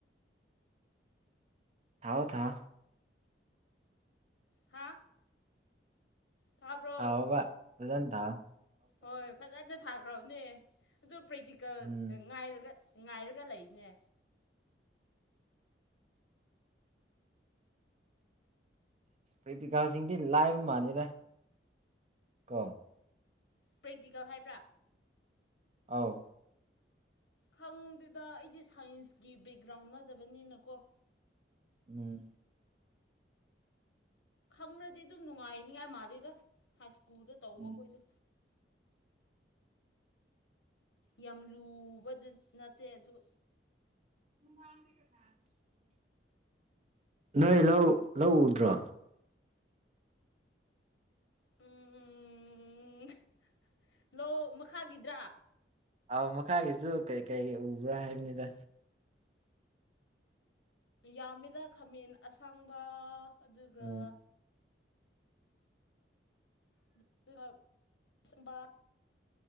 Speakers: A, on the right; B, on the left.
A: ꯊꯥꯎ ꯊꯥꯎ
B: ꯍꯥ ꯊꯥꯕ꯭ꯔꯣ
A: ꯊꯥꯎꯥꯎꯕ ꯐꯖꯅ ꯊꯥ
B: ꯍꯣꯏ ꯐꯖꯅ ꯊꯥꯈ꯭ꯔꯕꯅꯦ ꯑꯗꯣ ꯄ꯭ꯔꯦꯛꯇꯤꯀꯦꯜ
A: ꯎꯝ
B: ꯉꯥꯏꯔꯒ ꯉꯥꯏꯔꯒ ꯂꯩꯅꯦ
A: ꯄ꯭ꯔꯦꯛꯇꯤꯀꯦꯜꯁꯤꯡꯗꯤ ꯂꯥꯏꯕ ꯃꯥꯟꯂꯤꯗ ꯀ‌ꯣ
B: ꯄ꯭ꯔꯦꯛꯇꯤꯀꯦꯜ ꯍꯥꯏꯕ꯭ꯔꯥ
A: ꯑꯥꯎ
B: ꯈꯪꯗꯦꯗ ꯑꯩꯗꯤ ꯁꯥꯏꯟꯁꯀꯤ ꯕꯦꯛꯒ꯭ꯔꯥꯎꯟ ꯅꯗꯕꯅꯤꯅꯀꯣ
A: ꯎꯡ
B: ꯈꯪꯔ꯭ꯔꯗꯤ ꯑꯗꯨꯝ ꯅꯨꯡꯉꯥꯏꯅꯤꯉꯥꯏ ꯃꯥꯜꯜꯂꯤꯦꯗ ꯍꯥꯏ ꯁ꯭ꯀꯨꯜꯗ ꯇꯧꯕ
A: ꯎꯝ
B: ꯈꯣꯏꯁꯨ ꯌꯥꯝ ꯂꯨꯕꯗ ꯅꯠꯇꯦ ꯑꯗꯨ
A: ꯃꯨꯃꯥꯡ ꯀꯅꯥ <inaudible> ꯅꯣꯏ ꯂꯧ ꯂꯧꯎꯗ꯭ꯔꯣ
B: ꯎꯝ ꯎ ꯂꯧ ꯃꯈꯥꯒꯤꯗ꯭ꯔꯥ
A: ꯑ ꯃꯈꯥꯒꯤꯁꯨ ꯀꯔꯤ ꯀꯔꯤ ꯎꯕ꯭ꯔꯥ ꯍꯥꯏꯕꯅꯤꯗ
B: ꯌꯥꯝꯃꯤꯗ ꯈꯥꯃꯦꯟ ꯑꯁꯥꯡꯕ ꯑꯗꯨꯒ
A: ꯎꯝ
B: <unintelligible>